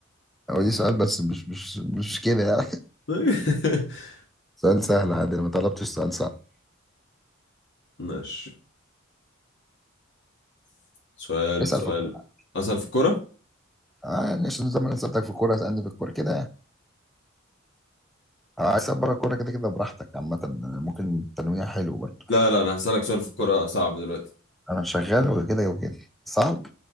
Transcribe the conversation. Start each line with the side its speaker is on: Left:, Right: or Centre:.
Centre: هو دي سؤال بس مش مش مش كده
Left: <laughs>
Centre: سؤال سهل عادي انا ما طلبتش سؤال صعب
Left: ماشي سؤال
Centre: اسال
Left: سؤال
Centre: في الكوره
Left: اسأل في الكوره
Centre: اه يعني عشان زي ما انا سالتك في الكوره اسالني في الكوره كده يعني آه، عايز اسال بره الكوره كده كده براحتك عامه يعني ممكن تنويع حلو برضه
Left: لا لا انا هسألك سؤال في الكوره صعب دلوقتي
Centre: انا شغال وكده وكده صعب